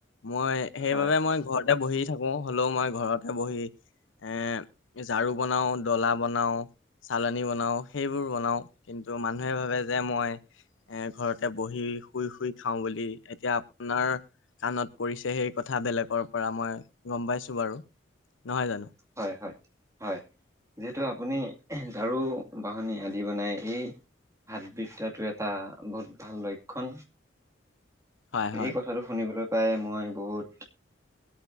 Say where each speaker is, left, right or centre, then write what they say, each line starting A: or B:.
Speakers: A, on the left (about 80°); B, on the right (about 15°).
A: মই সেইবাবে
B: হয়
A: মই ঘৰত বহি থাকো, হ'লেও মই ঘৰতে বহি এ ঝাৰু বনাও, ডলা বনাও, চালনী বনাও, সেইবোৰ বনাও, কিন্তু মানুহে ভাবে যে মই এ, ঘৰতে বহি শুই, শুই খাওঁ বুলি এতিয়া আপোনাৰ কাণত পৰিছে সেই কথা বেলেগৰ পৰা মই গম পাইছো বাৰু, নহয় জানো?
B: হয়, হয়, হয়, যিহেতু আপুনি ঝাৰু, বাহনী আদি বনাই, এই হাতবিদ্যাটো এটা বহুত ভাল লক্ষণ,
A: হয় হয়
B: এই কথাটো শুনিবলৈ পাই মই বহুত,